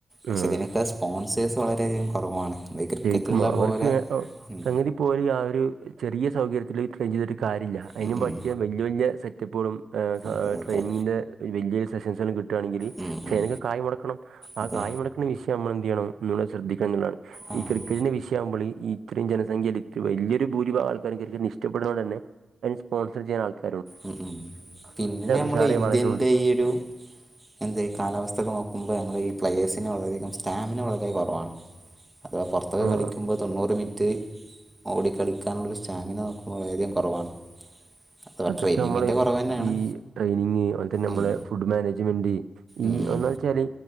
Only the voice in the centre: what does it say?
പക്ഷെ
ഇതിനൊക്കെ സ്പോൺസേഴ്സ് വളരെയധികം കുറവാണ് ഈ ക്രിക്കറ്റുള്ള
പോലെ
ഉം
ഉം
ഉം
അതെ അതെ
ഉം ഉം
അതെ
ആഹ്
ഉം ഉം പിന്നെ നമ്മള്
ഇന്ത്യന്റെ
ഈ ഒരു എന്ത് കാലാവസ്ഥൊക്കെ നോക്കുമ്പോ നമ്മള് ഈ പ്ലയേഴ്സിന് വളരെയധികം സ്റ്റാമിന വളരെ കൊറവാണ് അഥവാ പൊർത്തൊക്കെ
കളിക്കുമ്പോ തൊണ്ണൂറ് മിൻറ്റ് ഓടി കളിക്കാനുള്ളൊരു സ്റ്റാമിന നോക്കുമ്പ വളരെയധികം കുറവാണ് അഥവാ
ട്രെയിനിങ്ങിൻ്റെ
കുറവ് തന്നെയാണ്
ഉം
ഉം